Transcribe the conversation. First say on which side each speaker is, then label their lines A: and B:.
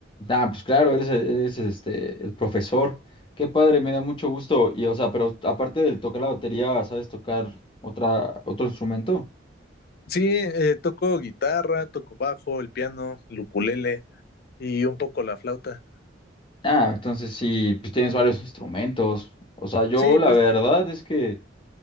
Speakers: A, on the left; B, on the left.
A: Ah, pues claro, eres, eres, este, el profesor. Qué padre, me da mucho gusto. Y, o sea, pero aparte de tocar la batería, ¿sabes tocar otra, otro instrumento?
B: Sí, eh, toco guitarra, toco bajo, el piano, el ukulele y un poco la flauta.
A: Ah, entonces sí, pues tienes varios instrumentos. O sea, yo
B: Sí,
A: la
B: pues,
A: verdad es que